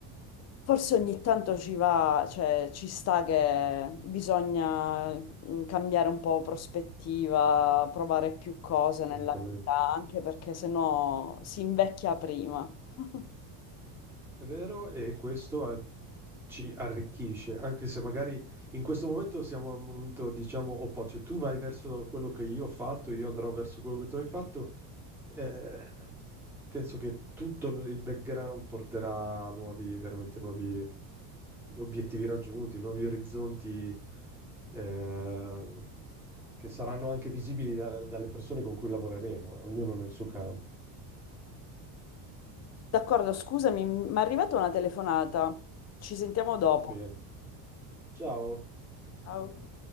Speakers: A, on the left; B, in the centre.
A: Forse ogni tanto ci va, cioè ci sta che bisogna mm, cambiare un po' prospettiva, provare più cose
B: assolutamente.
A: nella vita, anche perché sennò si invecchia prima. <laughs>
B: È vero, e questo a- ci arricchisce, anche se magari in questo momento siamo al momento, diciamo, opposto. Cioè, tu vai verso quello che io ho fatto, io andrò verso quello che tu hai fatto. eh, penso che tutto il il background porterà a nuovi, veramente nuovi obiettivi raggiunti, nuovi orizzonti, eh, che saranno anche visibili da- dalle persone con cui lavoreremo, ognuno nel suo campo.
A: D'accordo, scusami, mi è arrivata una telefonata. Ci sentiamo dopo.
B: Va bene. Ciao.
A: Ciao.